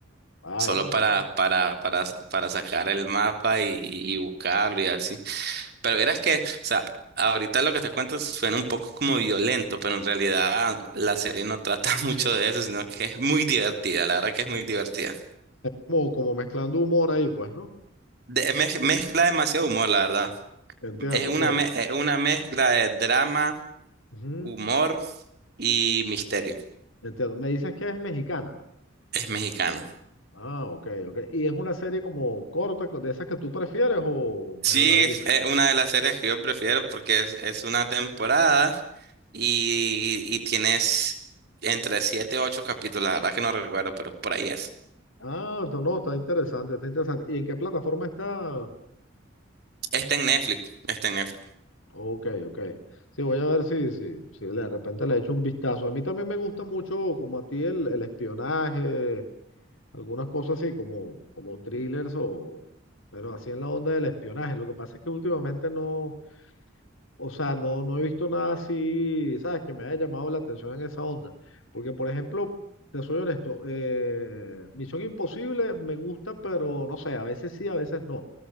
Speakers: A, on the left; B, on the right.
A: Ay,
B: solo
A: imagínate.
B: para, para, para, para sacar el mapa y, y y buscarlo y así. Pero verás que, o sea, ahorita lo que te cuento suena un poco como violento, pero en realidad la serie no trata <laughs> mucho de eso, sino que es muy divertida, la verdad que es muy divertida.
A: Como, como mezclando humor ahí, pues, ¿no?
B: De- mez- mezcla demasiado humor, la verdad.
A: Entiendo,
B: Es una,
A: entiendo.
B: me- es una mezcla de drama,
A: Ujú,
B: humor y misterio.
A: Entiendo. Me dices que es mexicana.
B: Es mexicano.
A: Ah, ok, ok. ¿Y es una serie como corta, co- de esas que tú prefieres o
B: Sí,
A: medio larguita?
B: es eh, una de las series que yo prefiero porque es, es una temporada y, y tienes entre 7 y 8 capítulos, la verdad que no recuerdo, pero por ahí es.
A: Ah, no, no, está interesante, está interesante. ¿Y en qué plataforma está?
B: Está en Netflix, está en Netflix.
A: Ok, ok. Sí, voy a ver si, si, si de repente le echo un vistazo. A mí también me gusta mucho, como a ti, el, el espionaje, algunas cosas así, como, como thrillers o, pero así en la onda del espionaje. Lo que pasa es que últimamente no O sea, no, no he visto nada así, ¿sabes? Que me haya llamado la atención en esa onda. Porque, por ejemplo, te soy honesto, eh, Misión Imposible me gusta, pero no sé, a veces sí, a veces no.